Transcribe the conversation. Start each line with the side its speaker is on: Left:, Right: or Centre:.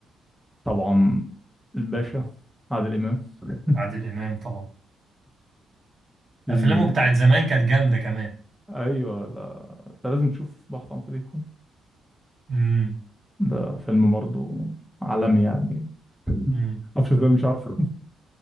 Centre: طبعا الباشا عادل امام <laughs>
Right: عادل امام طبعا
Centre: في
Right: افلامه بتاعت زمان كانت جامدة كمان
Centre: ايوه لا انت لازم تشوف بحث عن فضيحه
Right: امم
Centre: ده فيلم برضه عالمي يعني <laughs>
Right: امم
Centre: معرفش ازاي مش عارفه